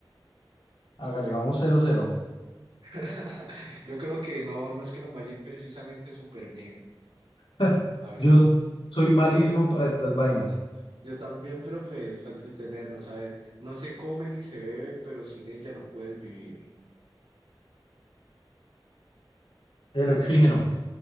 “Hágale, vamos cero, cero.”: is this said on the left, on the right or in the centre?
Left